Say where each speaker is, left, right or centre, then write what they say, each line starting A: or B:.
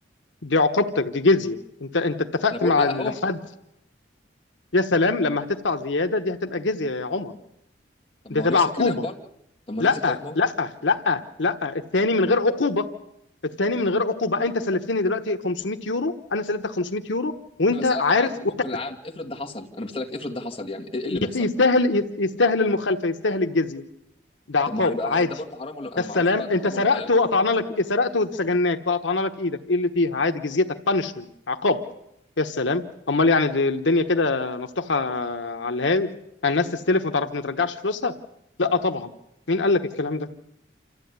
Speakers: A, on the left; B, on the left.
A: دي عقوبتك دي جزيه انت انت اتفقت
B: انا بقول
A: مع
B: بقى اهو
A: حد يا سلام لما هتدفع زياده دي هتبقى جزيه يا عمر
B: طب
A: دي
B: ما
A: هتبقى
B: هو نفس
A: عقوبه
B: الكلام برضه طب ما
A: لا
B: هو نفس الكلام اهو
A: لا لا لا التاني من غير عقوبة التاني من غير عقوبة انت سلفتني دلوقتي 500 يورو انا سلفتك 500 يورو وانت
B: انا بسالك
A: عارف
B: عادي في المجمل
A: وانت
B: العام افرض ده حصل انا بسالك افرض ده حصل يعني ايه إيه اللي
A: يت-
B: بيحصل؟
A: يستاهل يت- يستاهل المخالفة يستاهل الجزية ده عقاب
B: طب ما هو يبقى
A: عادي
B: ده برضه حرام ولا انا
A: يا السلام
B: ما اعرفش بقى ده
A: انت
B: حرام
A: سرقت
B: ولا حلال
A: وقطعنا
B: بقى
A: لك سرقت وسجناك وقطعنا لك ايدك ايه اللي فيها عادي جزيتك بانشمنت عقاب يا السلام امال يعني د- الدنيا كده مفتوحة على الهاوي الناس تستلف ما تعرف ما ترجعش فلوسها لا طبعا مين قال لك الكلام ده